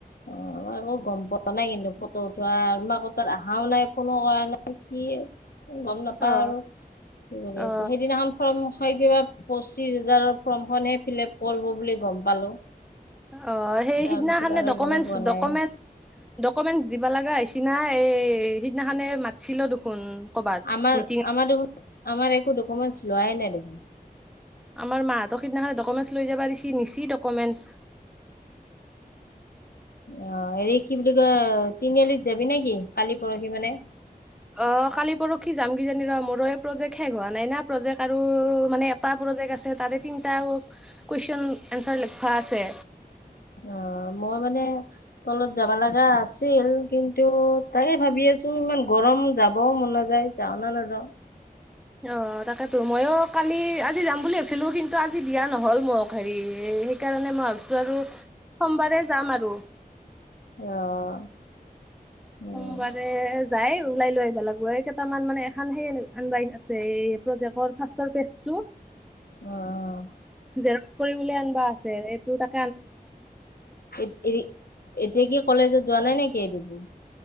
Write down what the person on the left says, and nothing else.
অ' মই এক গম পোৱা নাই কিন্তু ফটো উঠোৱা আমাক তাত অহাও নাই ফোনো কৰা নাই। কি গম নাপাও
আৰু কি কৰি
আছো সেইদিনাখন ফম হয় কিবা পঁচিশ হাজাৰৰ ফৰ্মখননহে ফালে কৰিব বুলি গম পালো।
তাৰপিছত
আৰু
গমেই পোৱা নাই
আমাৰ
আমাৰ দেখোন আমাৰ একো ডকুমেণ্ট লোৱাই নাই দেখোন।
অ' এই কি বুলি কয়? তিনিআলিত যাবি নে কি কালি পৰহি মানে?
অ' মই মানে তলত যাব লগা আছিল। কিন্তু তাকে ভাবি আছো। ছো ইমান গৰম যাবও মন নাযায়। যাও নে নাযাওঁ
অ'। উম
অ'
এৰি এতিয়া কি কলেজত যোৱা নাই নেকি? এৰিবোৰ